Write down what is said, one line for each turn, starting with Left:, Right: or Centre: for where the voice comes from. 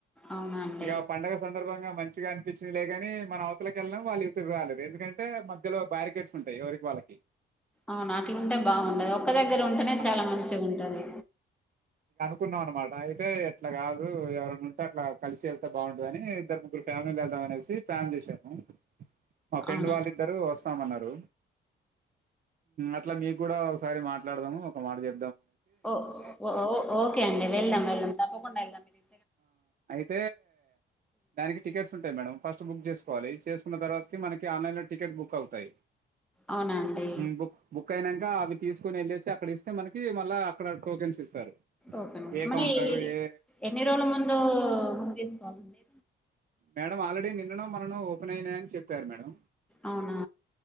Centre: అవునండి
Right: ఇక పండగ సంత సందర్భంగా మంచిగా అనిపించిందిలే గాని మనం అవతలకి వెళ్లలేం వాళ్ళు ఇవతలకి రాలేరు అంది ఎందుకంటే మధ్యలో బ్యారికేడ్స్ ఉంటాయి ఎవరికి వాళ్ళకి
Centre: అవును అట్లా ఉంటే బాగుండదు ఒక్క దగ్గర ఉంటేనే
Right: ఆ
Centre: చాలా మంచిగా ఉంటది
Right: కున్నా అన్నమాట అంటే అట్లా కాదు ఎవరైనా ఉం అట్లా కలిసి వెళ్తే బాగుంటుంది అని ఇద్దరు ముగ్గురు ఫ్యామిలీ వెళ్దాం అనేసి ఫ్యాన్ చేసాము మా ఫ్రెండ్
Centre: అవునా
Right: వాళ్ళిద్దరూ వాస్తు రామన్నారు అట్లా మీకు కూడా ఒకసారి మాట్ మాట్లాడదాము ఒక మాట చె
Centre: ఓఓ ఓకే అండి వెళ్దాం వెళ్దాం తప్పకుండా వెళ్దాం మీరు
Right: ఎ దానికి టికెట్స్ ఉంటాయి మేడం ఫస్ట్ బుక్ చేసుకోవాలి చేసుకున్న తర్వాతకి మనకి ఆన్లైన్లో టికెట్ బుక్ అవుతాయి
Centre: అవునా అండి
Right: హ్మ్. బుక్ బుక్ అయినాక అవి తీసుకొని వెళ్ళసి చ అక్కడ ఇస్తే మనకి మల్ల అక్కడ టోకెన్స్ ఇస్తారు
Centre: ఓకేనండి
Right: ఏ
Centre: మన
Right: కౌంటరు ఏ
Centre: ఎన్ని రోజుల ముందు బుక్ తీసుకోవాలండి
Right: మేడం ఆల్రెడీ నిన్ననో మొన్నానో ఓపెన్ అయినాయని చెప్పారు మేడం
Centre: అవునా